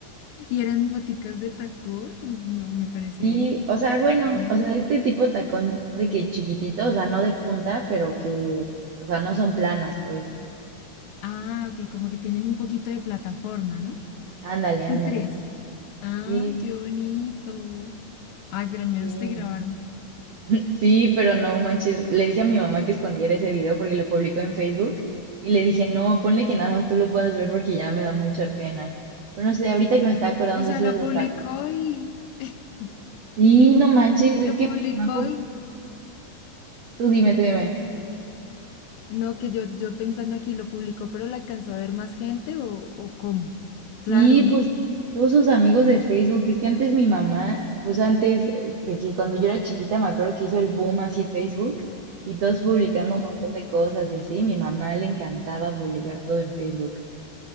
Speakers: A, on the left (about 85°); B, on the right (about 75°).
A: ¿Y eran boticas de tacón? Pues No, me parece.
B: Sí, o sea, bueno,
A: ve.
B: o sea, este tipo de tacón de que chiquitito, o sea, no de punta, pero que, o sea, no son planas, pues.
A: Ah, ok, como que tienen un poquito de plataforma, ¿no?
B: Ándale,
A: Un
B: ándale.
A: tres. Ay,
B: Sí,
A: qué bonito. Ay, pero al
B: sí,
A: menos te grabaron.
B: sí, pero no manches. Le dije a mi mamá que escondiera ese video porque lo publicó en Facebook y le dije, no, ponle que nada más tú lo puedas ver porque ya me da mucha pena. Pero no sé, ahorita que me está acordando
A: O sea,
B: eso
A: lo
B: de los
A: publicó
B: tacos.
A: y <laughs>
B: Sí, no manches, es
A: lo
B: que
A: publicó
B: mi mamá, pu-
A: y
B: tú dime, tú dime.
A: no, que yo, yo pensando aquí lo publicó, pero lo alcanzó a ver más gente o, o cómo.
B: Sí,
A: Claro, ¿no?
B: pues todos sus amigos de Facebook, es que antes mi mamá, pues antes eh, de que cuando yo era chiquita me acuerdo que hizo el boom así Facebook y todos publicando
A: Sí.
B: un montón de cosas y así, mi mamá le encantaba publicar todo en Facebook.